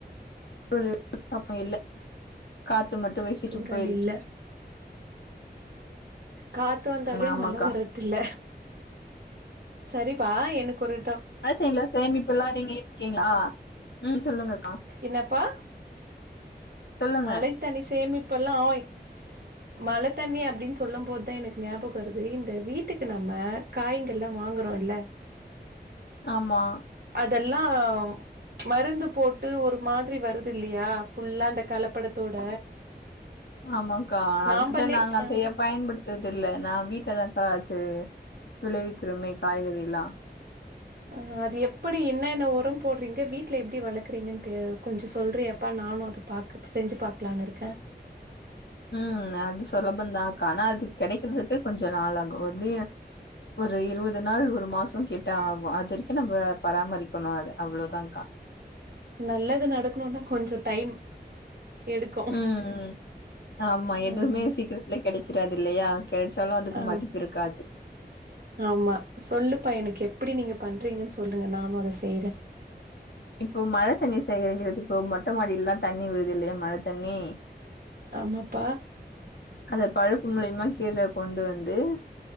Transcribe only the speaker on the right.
தூறல்
இல்ல காத்து வந்தாலே
மழ வரா தில்ல சரிப்பா எனக்கொரு
என்னப்பா
மழை தண்ணி சேமிப்பெல்லா ஓய் மழ தண்ணி அப்டின் சொல்லும்போத் தா எனக்கு ஞாபகோ வருது இந்த வீட்டுக்கு நம்ம காய்ங்கல்லா வாங்குறோ இல்ல
அதெல்லா மருந்து போட்டு ஒரு மாதிரி வருதில்லியா ஃபுல்லா இந்த கலப்படத்தோட
நாம்பளே
அ
ஆ அது எப்டி என்னென்ன ஒரோ போட்றீங்க வீட்ல எப்டி வளக்கறீங்கன்ட்டு கொஞ்சோ சொல்றயாப்பா நானு அத பாக்க செஞ்சு பாக்கலான்னுருக்கே
நல்லது நடக்கணுன்னா கொஞ்சோ டைம் எடுக்கு
ம்
ஆ
ஆமா சொல்லுப்பா எனக்கு எப்டி நீங்க பண்றீங்கன் சொல்லுங்க நானு அத செய்றே
ஆமாப்பா